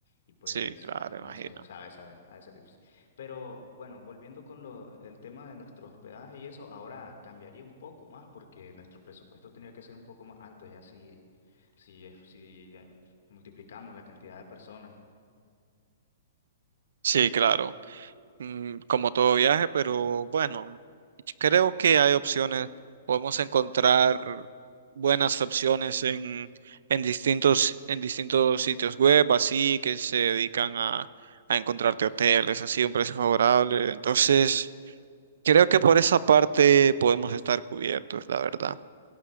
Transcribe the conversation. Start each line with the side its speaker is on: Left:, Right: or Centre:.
Left: y pues
Right: Sí, claro,
Left: no,
Right: imagino.
Left: no sé, sabe, sabe, ha de ser difícil. Pero bueno, volviendo con lo, el tema de nuestro hospedaje y eso, ahora cambiaría un poco más porque nuestro presupuesto tenía que ser un poco más alto, ya si si, es- si multiplicamos la cantidad de personas.
Right: Sí, claro. mm, como todo viaje, pero bueno, creo que hay opciones, podemos encontrar buenas opciones en, en distintos, en distintos sitios web, así que se dedican a, a encontrarte hoteles, así a un precio favorable. Entonces, creo que por esa parte podemos estar cubiertos, la verdad.